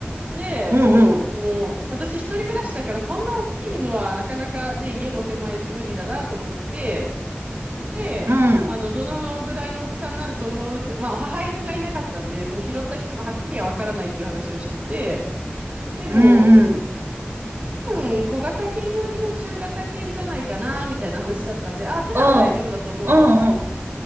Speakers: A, on the right (about 35°); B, on the right (about 85°).
A: で、
B: うんうん。
A: あの、私一人暮らしだから、そんな大きい犬はなかなかね、家も狭いし無理だなと思って、で、
B: うん、
A: あの、どのぐらいの大きさになると思うって、まあ、母犬がいなかったんで、その拾った人もはっきりはわからないっていう話をしてて、でも、
B: うん、うん、
A: うん、小型犬寄りの中型犬じゃないかな、みたいな話だったんで、あ、じゃあ大丈夫だと思う、
B: うん、うん、
A: つって。
B: うん、